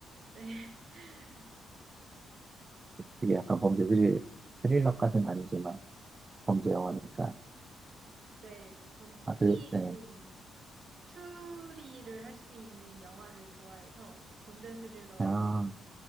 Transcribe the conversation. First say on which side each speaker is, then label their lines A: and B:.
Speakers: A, on the right; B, on the right.
A: 네, <laughs>
B: 그게 약간 범죄 스릴 스릴러까지는 아니지만 범죄 영화니까
A: 네, 전 특히
B: 아, 그, 네.
A: 좀 추리를 할 수 있는 영화를 좋아해서 범죄 스릴러
B: 아,
A: 영화